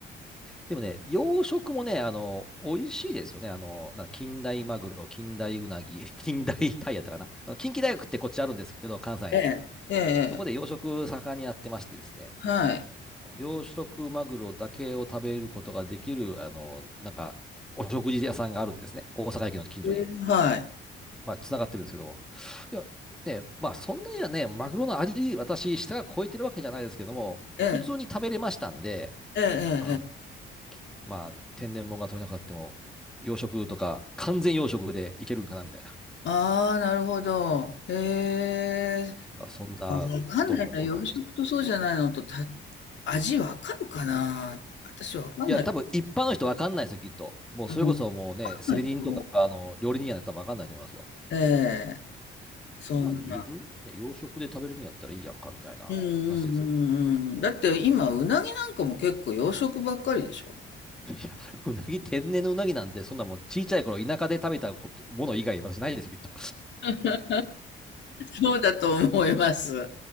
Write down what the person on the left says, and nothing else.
ええ、ええ、ええ
はい、
ええはい、
ええ、
ええ、ええ、
ああー、なるほど。へえ、
あのわかんないな、夜食とそうじゃないのとた、味わかるかな私わかんない。
うんわかんないと思う。
ええそんな。
うんうんうんうん。だって今、うなぎなんかも結構洋食ばっかりでしょ
<laughs> そうだと思います。